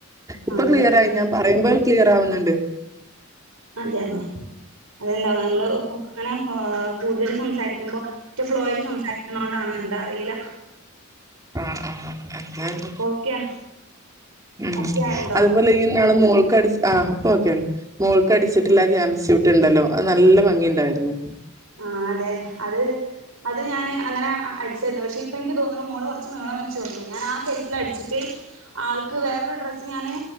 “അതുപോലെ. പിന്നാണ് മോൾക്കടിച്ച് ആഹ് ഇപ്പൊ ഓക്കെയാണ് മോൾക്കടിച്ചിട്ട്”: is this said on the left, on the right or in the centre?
Right